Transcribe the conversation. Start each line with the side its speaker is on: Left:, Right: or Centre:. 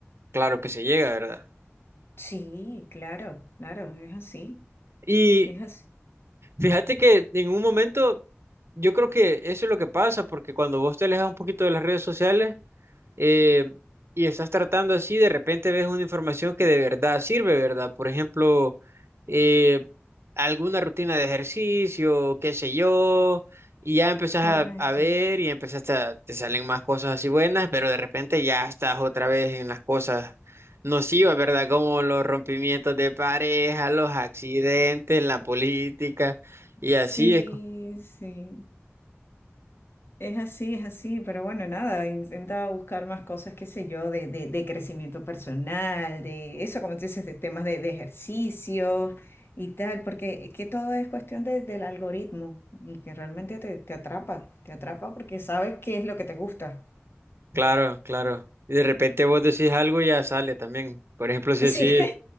Right: claro que se llega, ¿verdad?
Left: sí, claro, claro, es así,
Right: Y
Left: es así,
Right: fíjate que en un momento, yo creo que eso es lo que pasa, porque cuando vos te alejas un poquito de las redes sociales, eh, y estás tratando así, de repente ves una información que de verdad sirve, ¿verdad? Por ejemplo, eh, alguna rutina de ejercicio, qué sé yo, y ya empezás
Left: correcto.
Right: a, a ver y empezás a, te salen más cosas así buenas, pero de repente ya estás otra vez en las cosas nocivas, ¿verdad? Como los rompimientos de pareja, los accidentes, la política, y así
Left: Sí,
Right: es. co-
Left: sí. Es así, es así, pero bueno, nada, intenta buscar más cosas, qué sé yo, de, de- de crecimiento personal, de eso, como tú dices, de temas de, de ejercicio y tal, porque es que todo es cuestión de- del algoritmo y que realmente te, te atrapa, te atrapa porque sabes qué es lo que te gusta.
Right: Claro, claro. Y de repente vos decís algo y ya sale también. Por ejemplo, si
Left: Sí,
Right: decís...